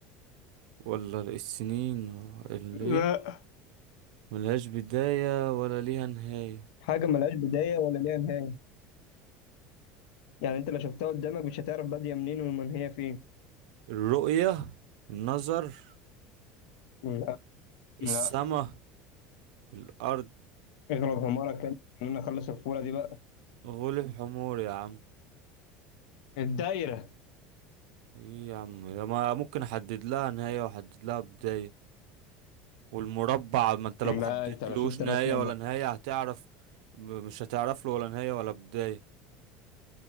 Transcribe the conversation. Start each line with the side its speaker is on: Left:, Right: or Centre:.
Right: ولا السنين الليل
Left: لا
Right: ملهاش بداية ولا ليها نهاية
Left: حاجه ملهاش بدايه ولا ليها نهايه يعني انت لو شفتها قدامك مش هتعرف باديه منين ومن هي فين
Right: الرؤية النظر
Left: لا لا
Right: السما الأرض
Left: اغلب حمارك كده خلينا نخلص الفوره دي بقى
Right: غلب حمور يا عم
Left: الدايره
Right: ايه يا عم ده ما ممكن احدد لها نهاية واحدد لها بداية والمربع ما انت لو
Left: لا
Right: ما حطيتلوش
Left: انت لو شفت
Right: نهاية
Left: رسمه م-
Right: ولا نهاية هتعرف م- مش هتعرف له ولا نهاية ولا بداية